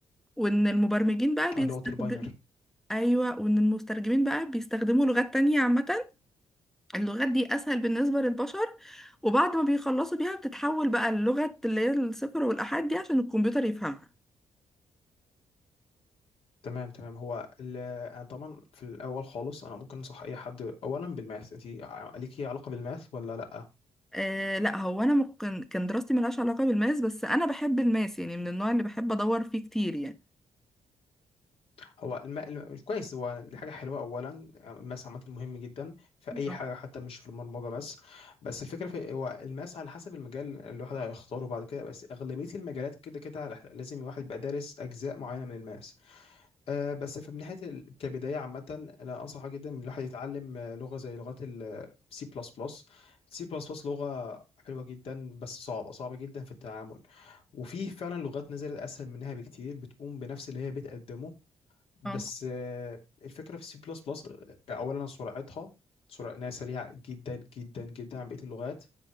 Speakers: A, in the centre; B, on the left.
A: وان المبرمجين بقى بيستخدم
B: اه لغه الباينر
A: ايوه وان المترجمين بقى بيستخدموا لغات تانية عامة اللغات دي اسهل بالنسبة للبشر وبعد ما بيخلصوا بيها بتتحول بقى اللغة اللي هي الصفر والآحاد دي عشان الكمبيوتر يفهمها
B: تمام تمام هو ال- انا طبعا في الاول خالص انا ممكن انصح اي حد اولا بالماث انت ليكي علاقه بالماث ولا لا
A: آه لا هو انا ممكن كان دراستي ملهاش علاقة بالماس بس انا بحب الماس يعني من النوع اللي بحب ادور فيه كتير يعني
B: هو الم... الم- كويس هو دي حاجه حلوه اولا آه، الماث عامه مهم جدا في اي
A: اه
B: حاجه حتى مش في البرمجه بس بس الفكره في هو الماث على حسب المجال اللي الواحد هيختاره بعد كده بس اغلبيه المجالات كده كده لازم الواحد يبقى دارس اجزاء معينه من الماث آه، بس في من ناحيه ال- كبدايه عامه انا انصحه جدا ان الواحد يتعلم آه، لغه زي لغات السي بلس بلس سي بلس بلس لغه حلوه جدا بس صعبه صعبه جدا في التعامل وفي فعلا لغات نزلت اسهل منها بكتير بتقوم بنفس اللي هي بتقدمه بس
A: اه
B: آه، الفكره في سي بلس بلس اولا سرعتها سرعه إنها سريعه جدا جدا جدا عن بقيه اللغات